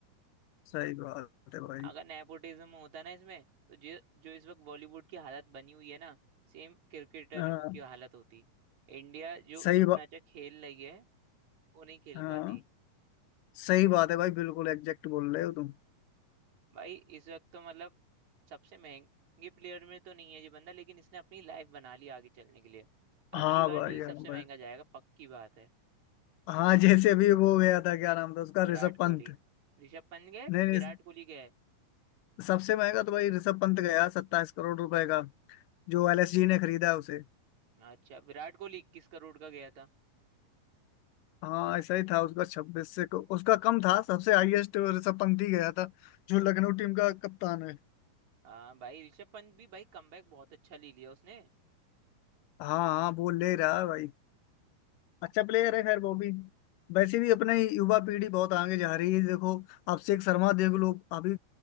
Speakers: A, on the left; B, on the right.
A: सही बात है भाई
B: अगर नेपोटिज्म होता ना इसमें तो जो जो इस वक्त बॉलीवुड की हालत बनी हुई है ना सेम क्रिकेटर
A: हाँ
B: की हालत होती इंडिया जो
A: सही
B: इतना
A: बात
B: अच्छा खेल रही है वो नहीं खेल
A: हाँ
B: पाती
A: सही बात है भाई बिल्कुल एग्जैक्ट बोल रहे हो तुम
B: भाई इस वक्त तो मतलब सबसे महंगे प्लेयर में तो नहीं है ये बंदा लेकिन इसने अपनी लाइफ बना ली आगे चलने के लिए
A: हाँ
B: अगली बार
A: भाई
B: यही
A: हाँ
B: सबसे
A: भाई
B: महंगा जाएगा पक्की बात है
A: हाँ जैसे अभी वो गया था क्या नाम था उसका
B: विराट
A: ऋषभ पंत
B: कोहली ऋषभ पंत गए
A: नहीं नहीं
B: विराट कोहली गए
A: सबसे महंगा तो भाई ऋषभ पंत गया सत्ताईस करोड़ रुपए का जो एलएसजी ने खरीदा उसे
B: अच्छा विराट कोहली इक्कीस करोड़ का गया था
A: हाँ ऐसा ही था उसका छब्बीस से को- उसका कम था सबसे हाईएस्ट ऋषभ पंत ही गया था जो लखनऊ टीम का कप्तान है
B: हाँ भाई ऋषभ पंत भी भाई कमबैक बहुत अच्छा ले लिया उसने
A: हाँ हाँ वो ले रहा है भाई अच्छा प्लेयर है खैर वो भी वैसे भी अपने युवा पीढ़ी बहुत आगे जा रही है देखो अभिषेक शर्मा देख लो अभी